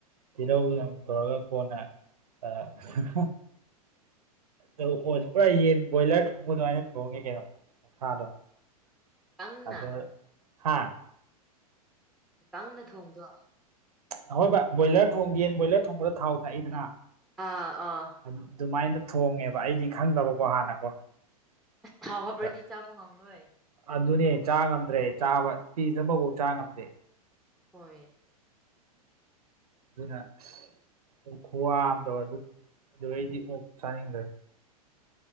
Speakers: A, on the right; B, in the centre.
A: ꯇꯤꯜꯍꯧꯅ ꯇꯧꯔꯒ ꯀꯣꯟꯅ ꯍꯍ ꯑꯗꯨ ꯑꯣ ꯄꯨꯔꯥ ꯌꯦꯟ ꯕꯣꯏꯂꯔ ꯊꯣꯡꯕ ꯗꯨꯃꯥꯏꯅ ꯊꯣꯡꯉ‌ꯦ ꯀꯩꯅꯣ ꯑꯣꯛꯁꯥꯗꯣ
B: ꯀꯪꯅ
A: ꯑꯗꯣ ꯍꯥꯥ
B: ꯀꯪꯅ ꯊꯣꯡꯕ꯭ꯔꯣ
A: ꯑꯍꯣꯏ ꯕꯥ ꯕꯣꯏꯂꯔ ꯊꯣꯡꯒꯦꯅ ꯕꯣꯏꯂꯔ ꯊꯣꯡꯕꯗ ꯊꯥꯎ ꯊꯥꯛꯏꯗꯅ
B: ꯑꯥ ꯑꯥ
A: ꯑꯗꯨꯃꯥꯏꯅ ꯊꯣꯡꯉꯦꯕ ꯑꯩꯗꯤ ꯈꯪꯗꯕꯀꯣ ꯍꯥꯟꯅꯀꯣ
B: ꯊꯥꯎ
A: ꯑꯗꯨꯗ
B: ꯍꯞꯔꯗꯤ ꯆꯥꯕ ꯉꯝꯂꯣꯏ
A: ꯑꯗꯨꯅꯦ ꯆꯥ ꯉꯝꯗ꯭ꯔꯦ ꯆꯥꯕ ꯄꯤꯁ ꯑꯃꯐꯧ ꯆꯥ ꯉꯝꯗꯦ
B: ꯍ‌ꯣꯏ
A: ꯑꯗꯨꯅ ꯑꯁ ꯈꯨꯋꯥꯝꯗ ꯑꯗꯨ ꯑꯗꯨꯗꯩꯗꯤ ꯑꯣꯛ ꯆꯥꯅꯤꯡꯗ꯭ꯔꯦ